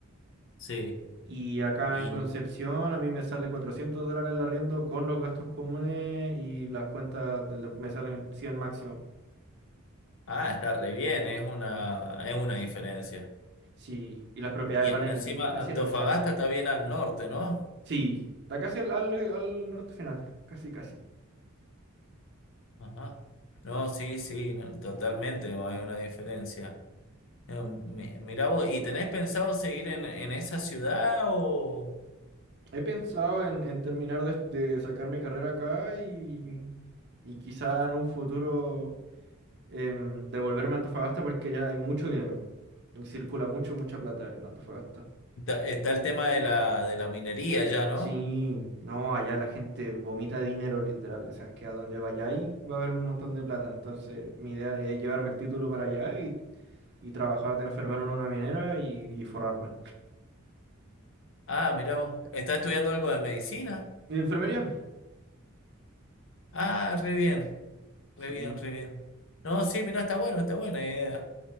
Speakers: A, on the left; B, on the right.
A: sí.
B: Y acá
A: Y,
B: en Concepción a mí me sale 400 dólares el arriendo con los gastos comunes y las cuentas del de- me salen 100 máximo.
A: ah, está re bien, es una, es una diferencia.
B: Sí, y las propiedades
A: Y encima,
B: valen casi
A: Antofagasta
B: la mitad.
A: está bien al norte, ¿no?
B: Sí, está casi al, al- eh, al norte final, casi casi.
A: Ajá. No, sí, sí, no, totalmente, no hay una diferencia. Eh, mi- Mira vos, ¿y tenés pensado seguir en, en esa ciudad o
B: He pensado en, en terminar de, de sacar mi carrera acá y, y quizá en un futuro em, devolverme a Antofagasta porque ya hay mucho dinero. Y Circula mucho, mucha plata en Antofagasta.
A: está, está el tema de la, de la minería ya, ¿no?
B: Sí, no, allá la gente vomita dinero literal, o sea, es que a donde vayáis va a haber un montón de plata. Entonces, mi idea es llevarme el título para allá y, y trabajar de enfermero en una minera y, y forrarme.
A: Ah, mira vos, ¿estás estudiando algo de medicina?
B: ¿En enfermería?
A: Ah, re bien, re
B: Sí.
A: bien, re bien. No, sí, mira, está bueno, está buena idea.